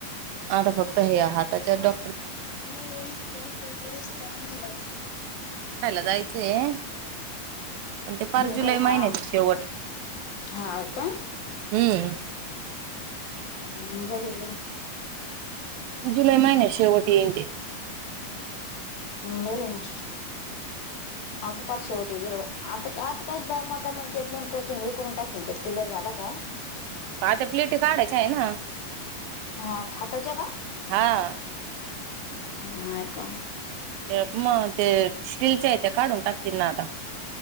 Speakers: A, on the right (about 80°); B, on the left (about 75°).
A: आता फक्त हे हाताच्या डॉ
B: मम येल कस दिवस घालवती --
A: जाई याच आहे, पण ते पार
B: डोंकर
A: जुलै महिन्याच्या
B: हा
A: शेवट,
B: हा का?
A: हम्म
B: हम् बर बर
A: जुलै महिनच्या शेवट येईन ती
B: बर ना आता पार शेवट दीरवा आता आता काही दमा दमन ट्रीटमेंट करतील, हे करून टाकतील क्लिअर झाला का
A: हता प्लेट काढायच आहे ना
B: हा हाताच्या
A: हा
B: ह मा का
A: ते मग ते स्टीलीलचे आहेत ते काढून टाकतील ना आता